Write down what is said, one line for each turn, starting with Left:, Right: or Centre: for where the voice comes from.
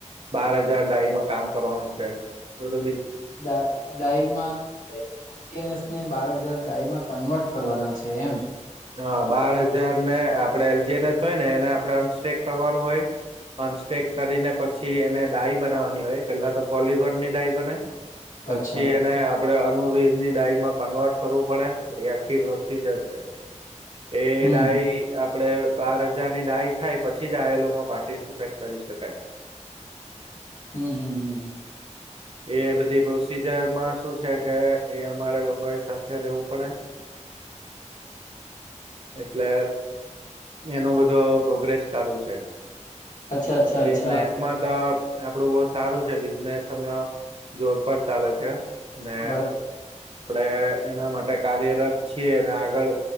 Right: બાર હજાર ડાય નું કામ કરવાનું છે બધો
Left: દા ડાઈવમાં <inaudible> બાર હજાર ડાય માં કન્વર્ટ કરવાના છે એમ
Right: હા બાર હજાર ને આપડે એલજી એનએસ હોય ને એને આપડે અનસ્ટેક કરવાનું હોય અન્સ્ટેક કરીને પછી એને ડાઈ બનાવાની હોય પેલા તો પોલીગોન ની ડાઈ બને પછી
Left: અચ્છા
Right: એને આપણે અનુવઝ ની ડાયમાં કન્વર્ટ કરવું પડે એ આખી પ્રોસીજર છે એ
Left: હમ
Right: દાાય આપડે બાર હજાર ની ડાય થાય પછી જ આ એલમાં પાર્ટિસિપેટ કરી શકાય <inaudible>
Left: હમ હમ હમ હ
Right: એ બધી પ્રોસીજરમાં શું છે કે એ અમારે લોકો એ સાથે રહેવું પડે. એટલે એનો બધો પ્રોગ્રેસ ચાલુ છે.
Left: અચ્છા અચ્છા
Right: બિઝનેસમાં
Left: અચ્છા
Right: તો આપડું બહુ સારું છે બિઝનેસ હમણા જોર પર ચાલે છે. ને
Left: બરા
Right: એ એના માટે કાર્યરત છીએ અને આગળ